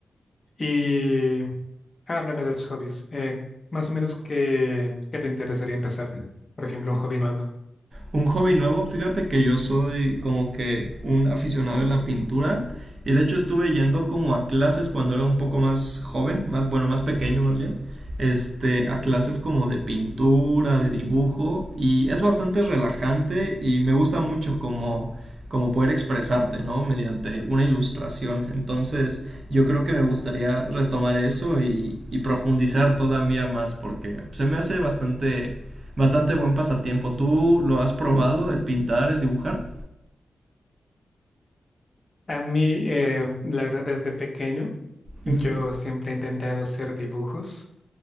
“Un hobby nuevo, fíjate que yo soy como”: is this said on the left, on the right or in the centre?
Right